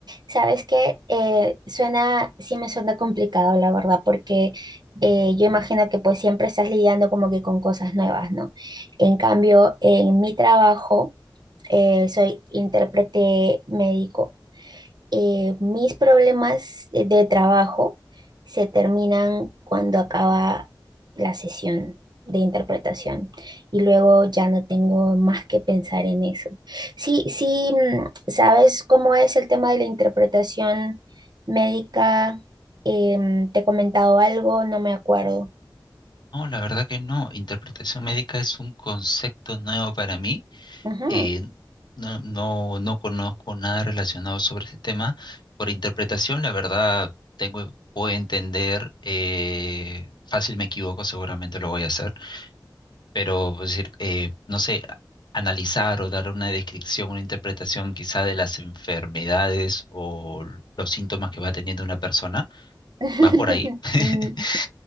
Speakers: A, on the right; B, on the left.
A: ¿Sabes qué? Eh, suena, sí me suena complicado, la verdad, porque eh, yo imagino que pues siempre estás lidiando como que con cosas nuevas, ¿no? En cambio, en mi trabajo, eh, soy intérprete médico. eh, mis problemas de de trabajo se terminan cuando acaba la sesión de interpretación y luego ya no tengo más que pensar en eso. Sí, sí, mm, ¿sabes cómo es el tema de la interpretación médica? Em, te he comentado algo, no me acuerdo.
B: No, la verdad que no. Interpretación médica es un concepto nuevo para mí.
A: Ujú.
B: Eh, no, no, no conozco nada relacionado sobre ese tema. Por interpretación, la verdad, tengo, puedo entender, eh, fácil me equivoco, seguramente lo voy a hacer pero pues, decir, eh, no sé, analizar o dar una descripción, una interpretación quizá de las enfermedades o los síntomas que va teniendo una persona,
A: <laughs>
B: ¿va por ahí? <laughs>
A: Mm,